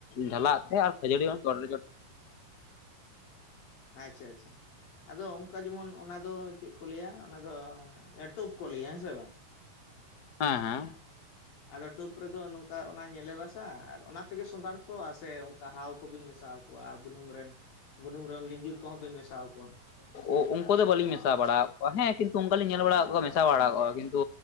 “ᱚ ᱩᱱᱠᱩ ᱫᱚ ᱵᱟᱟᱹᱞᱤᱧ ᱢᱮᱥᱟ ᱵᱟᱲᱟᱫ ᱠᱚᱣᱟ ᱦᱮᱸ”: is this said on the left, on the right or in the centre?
Left